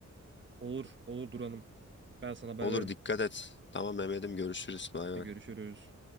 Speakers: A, on the right; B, on the left.
A: Olur olur Duran'ım. Ben sana haber
B: Olur
A: veririm.
B: dikkat et. Tamam Mehmet'im görüşürüz. Bay
A: Görüşürüz.
B: bay.